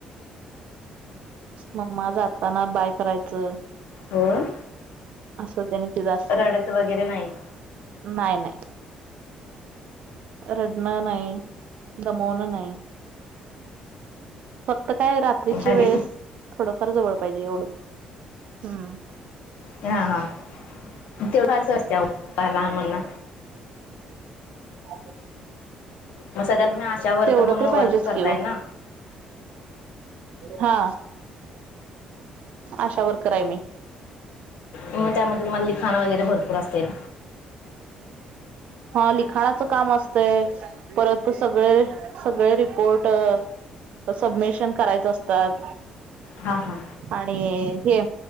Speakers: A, on the right (about 55°); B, on the left (about 85°).
A: मम्मा जाताना बाय करायचं.
B: होय.
A: असं त्यानी ते जास.
B: रडत वगैरे नाही.
A: नाय, नाय. रडणं नाही, दमवणं नाही. फक्त काय रात्रीच्या
B: अरे
A: वेळेस, थोडंफार जवळ पाहिजे एवढं हूं.
B: हा, हा तेवा असं असते आओ लहान मुला
A: <unintelligible>
B: मग सध्या तुम्ही आशा वर्कर
A: तेवढं
B: म्हणून
A: तरी
B: वर्क
A: पाहिजेच
B: करताय
A: की ओ
B: ना
A: हा आशा वर्कर आहे मी.
B: मग त्यामध्ये तुम्हाला लिखाणं वगैरे भरपूर असेल?
A: हा लिखाणाचं काम असतंय परत सगळे-सगळे रिपोर्ट सबमिशन करायचे असतात.
B: हा-हा,
A: आणि हे